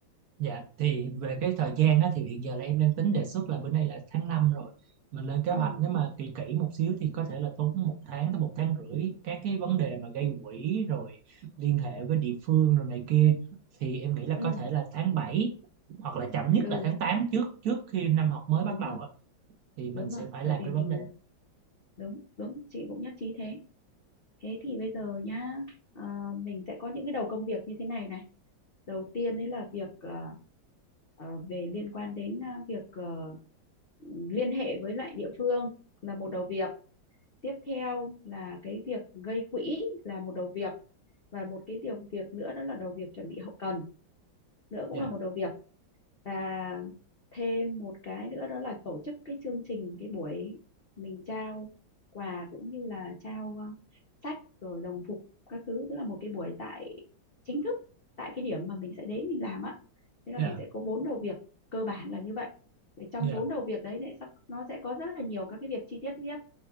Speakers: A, on the right; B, on the left.
A: Dạ, thì về cái thời gian á, thì hiện giờ là em đang tính đề xuất là bữa nay là tháng 5 rồi. Mình lên kế
B: ừ
A: hoạch nếu mà kỹ kỹ một xíu thì có thể là tốn một tháng tới một tháng rưỡi các cái vấn đề mà gây quỹ rồi liên hệ với địa phương rồi này kia. Thì em nghĩ là
B: ừ
A: có thể là tháng 7 hoặc là chậm nhất
B: ừ
A: là tháng tám trước trước khi năm học mới
B: đúng
A: bắt đầu
B: rồi
A: á, thì mình
B: đúng
A: sẽ
B: rồi
A: phải
B: bởi
A: làm
B: vì
A: cái
B: mình
A: vấn đề.
B: đúng đúng chị cũng nhất trí thế thế thì bây giờ nhá ờ, mình sẽ có những cái đầu công việc như thế này này đầu tiên đấy là việc ờ, ờ, về liên quan đến ờ, việc ờ, liên hệ với lại địa phương là một đầu việc tiếp theo là cái việc gây quỹ là một đầu việc và một cái điều việc nữa đó là đầu việc chuẩn bị hậu cần nữa cũng
A: Dạ,
B: là một đầu việc và thêm một cái nữa đó là tổ chức cái chương trình cái buổi mình trao quà cũng như là trao ờ, sách rồi đồng phục các thứ tức là một cái buổi tại chính thức tại cái điểm mà mình sẽ đến mình làm á thế là
A: dạ,
B: mình sẽ có bốn đầu việc cơ bản là như vậy để trong
A: dạ.
B: bốn đầu việc đấy thì nó sẽ có rất là nhiều các cái việc chi tiết tiếp